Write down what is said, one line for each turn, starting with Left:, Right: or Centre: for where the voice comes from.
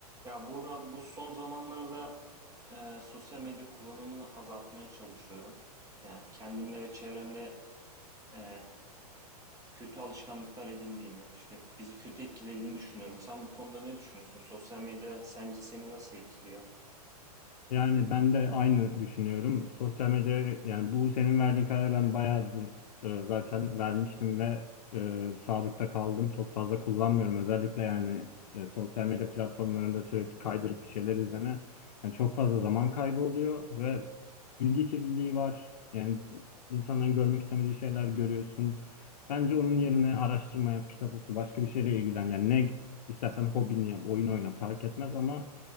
Right: Ya Buğra, bu son zamanlarda e, sosyal medya kullanımını azaltmaya çalışıyorum. Yani kendimle ve çevremde e, kötü alışkanlıklar edindiğini, işte bizi kötü etkilediğini düşünüyorum. Sen bu konuda ne düşünüyorsun? Sosyal medya sence seni nasıl etkiliyor?
Left: Yani ben de aynı düşünüyorum. Sosyal medya yani bu senin verdiğin kararı ben bayağıdır e, zaten vermiştim ve e, sadıkta kaldım. Çok fazla kullanmıyorum. Özellikle yani e, sosyal medya platformlarında sürekli kaydırıp bir şeyler izleme. Yani çok fazla zaman kaybı oluyor ve bilgi kirliliği var. Yani insanların görmek istemediği şeyler görüyorsun. Bence onun yerine araştırma yap, kitap oku, başka bir şeyle ilgilen. Yani ne istersen hobini yap, oyun oyna fark etmez ama